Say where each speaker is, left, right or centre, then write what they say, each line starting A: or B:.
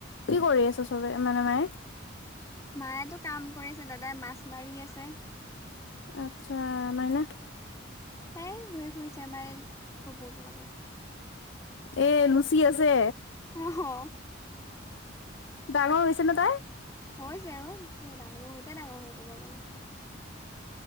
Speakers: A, on the left; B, on the left.
A: কি কৰি আছে চবে মানে মায়ে?
B: মায়েতো কাম কৰিছে দাদাই মাছ মাৰি আছে।
A: আচ্ছা মাইনা
B: তাই ঘূৰি ফুৰিছে আমাৰ এই কুকুৰটোৰ লগত।
A: এ লুচি আছে?
B: অহ।
A: ডাঙৰ হৈছে নে তাই?
B: হৈছে আক ডাঙ বহুতে ডাঙৰ হ'ল ক'ব গ'লে।